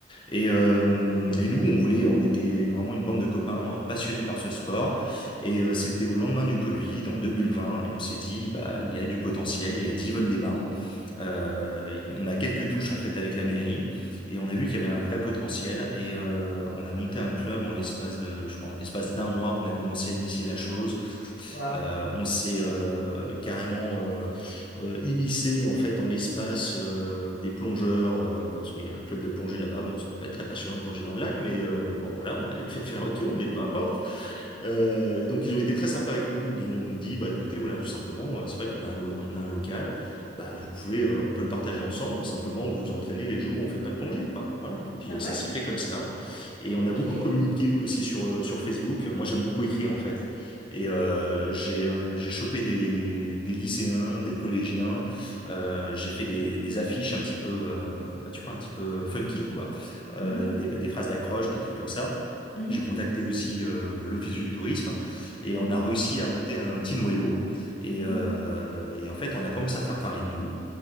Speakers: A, on the left (about 25°); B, on the left (about 50°).
A: Et, euh, et nous, on voulait, on était vraiment une bande de copains euh, passionnés par ce sport. Et euh, c'était au lendemain du Covid, en 2020, et on s'est dit, bah, il y a du potentiel, il y a Divonne-les-Bains. Euh, y- on a quelques touches en fait avec la mairie, et on a vu qu'il y avait un vrai potentiel. Et euh, on a monté un club en l'espace de, je crois, en l'espace d'un mois, on a commencé à initier la chose.
B: Waouh.
A: Euh, on s'est euh, carrément euh, euh, immiscé en fait dans l'espace euh, des plongeurs euh, parce qu'il y a un club de plongée là-bas. Bon, ça va pas être très passionnant de plonger dans le lac, mais euh, bon voilà, on a vite fait de faire le retour, mais peu importe. Euh, et donc ils ont été très sympas avec nous. Ils nous ont dit, bah écoutez, voilà, tout simplement, euh, c'est vrai qu'on a un, o- on a un local, bah vous pouvez, euh, on peut le partager ensemble. Simplement, vous vous entraînez les jours où on fait pas de plongée, quoi. Voilà. Et puis
B: Bah
A: euh, ça
B: ouais,
A: s'est fait comme ça. Et on
B: ok.
A: a beaucoup communiqué aussi sur euh, sur Facebook. Moi, j'aime beaucoup écrire en fait. Et euh, j'ai euh, j'ai chopé des des lycéens, des collégiens. Euh, j'ai fait des des affiches un petit peu, euh, bah tu vois, un petit peu euh, funky, quoi. Euh,
B: Mhm,
A: des des phrases d'accroche, des trucs comme ça.
B: mhm,
A: J'ai contacté aussi euh, l'Office du tourisme et
B: mhm,
A: on a réussi à monter un petit noyau. Et,
B: mhm,
A: euh, et en fait, on a commencé à faire parler de nous.